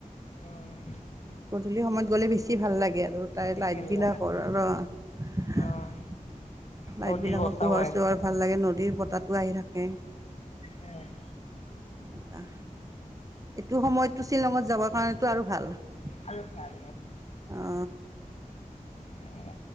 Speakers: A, on the left; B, on the right.
A: অ',
B: গধূলি সমত গ'লে বেছি ভাল লাগে। আৰু তাই
A: বেছি
B: লাইট বিলাকৰ
A: নালাগে।
B: লাইট
A: অ', নদীৰ
B: বিলাকৰ
A: বতাহও
B: পোহৰ
A: আহে।
B: চোহৰ ভাল লাগে নদীৰ, বতাহ থাকে। পুৱাই থাকে।
A: উম
B: তেনেকোৱা এইটো সময়তটো শ্বিলঙত যাবৰ কাৰণেতো আৰু ভাল অঁ
A: আৰু ভাল অ